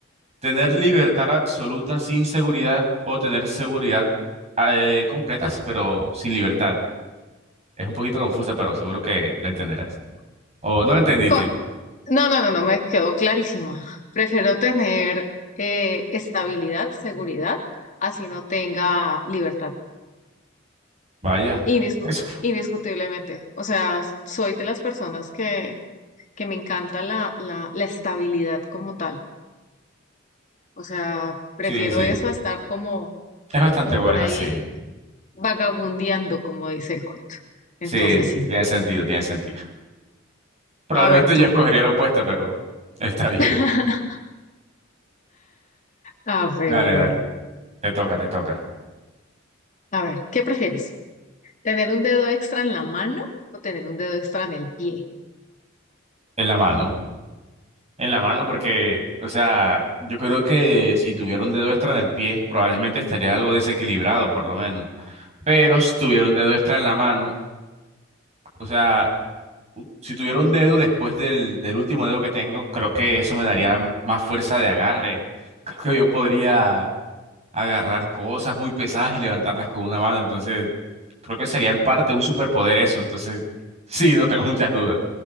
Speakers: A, on the right; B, on the left.
A: Tener libertad absoluta sin seguridad o tener seguridad ah, eh, completa, sí, pero sin libertad. Es un poquito confusa, pero seguro que la entenderás. O no la entendiste.
B: Co- No, no, no, no, me quedó clarísima. Prefiero tener eh, estabilidad, seguridad, así no tenga libertad.
A: Vaya.
B: Indiscu-
A: Eso.
B: indiscutiblemente. O sea, soy de las personas que, que me encanta la, la, la estabilidad como tal. O sea, prefiero
A: Sí, sí,
B: eso
A: sí.
B: a estar como,
A: Es bastante
B: como
A: buena,
B: por ahí
A: sí.
B: vagabundeando, como dice el cuento. Entonces,
A: Sí, sí,
B: sí.
A: tiene sentido, tiene sentido. Probablemente
B: A ver tú.
A: yo escogería la opuesta, pero está bien.
B: <laughs> A ver,
A: Dale, dale. Te toca, te toca.
B: a ver, ¿qué prefieres? ¿Tener un dedo extra en la mano o tener un dedo extra en el pie? <laughs>
A: En la mano. En la mano, porque, o sea, yo creo que si tuviera un dedo extra en el pie, probablemente estaría algo desequilibrado, por lo menos. pero si tuviera un dedo extra en la mano, o sea, u- si tuviera un dedo después del, del último dedo que tengo, creo que eso me daría m- más fuerza de agarre. <laughs> Creo que yo podría agarrar cosas muy pesadas y levantarlas con una mano, entonces creo que sería en parte un superpoder eso, entonces <laughs> sí, no tengo muchas dudas,